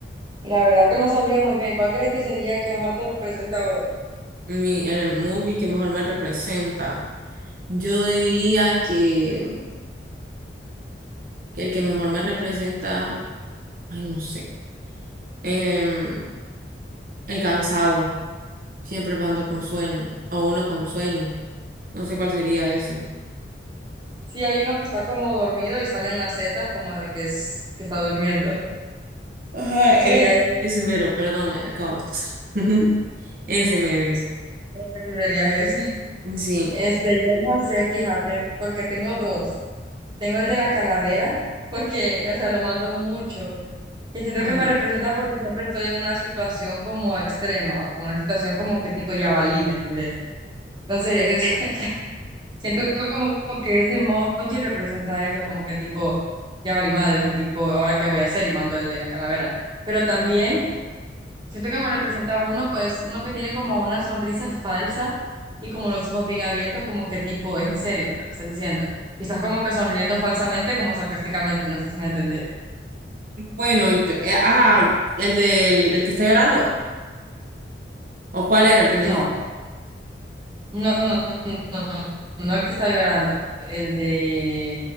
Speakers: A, on the right (about 25°); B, on the right (about 50°).
A: Y la verdad que no sabría muy bien cuál crees que sería el que mejor te representa a vos.
B: Mi, el emoji que mejor me representa. Yo diría que, que el que mejor me representa, ay, no sé, em, el cansado, siempre ando con sueño, o uno con sueño, no sé cuál sería ese.
A: Sí, hay uno que está como dormido y salen las setas como de que, es, que está durmiendo.
B: Ajá,
A: Sería
B: eh.
A: ese,
B: Ese mero, perdón, acabo de estar. <laughs> Ese mero es.
A: creo que sería ese.
B: Sí.
A: Este, yo no sé, fíjate, porque tengo dos. Tengo el de la calavera, porque, o sea, lo mando mucho. Que siento
B: Ajá.
A: que me representa porque siempre estoy en una situación como extrema o con una situación como que tipo ya valí, ¿me entendés? Entonces, <laughs> siento como que ese emoji representa eso, como que tipo ya valí madres o tipo ahora qué voy a hacer y mando el de la calavera. Pero también siento que me representa uno, pues uno que tiene como una sonrisa falsa y como los ojos bien abiertos, como que tipo es en serio lo que estás diciendo. Y estás como que sonriendo falsamente, como sarcásticamente, no sé si me entendés.
B: Bueno, yo, eh, ah, el del el que está llorando. ¿O cuál era el que me
A: No.
B: dijiste?
A: No, no, no, no, no el que está llorando, el de,